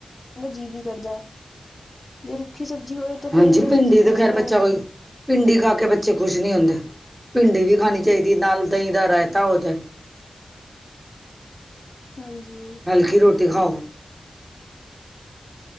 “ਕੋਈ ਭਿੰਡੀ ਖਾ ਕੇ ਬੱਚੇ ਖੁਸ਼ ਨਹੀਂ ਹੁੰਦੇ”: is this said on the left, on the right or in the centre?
Right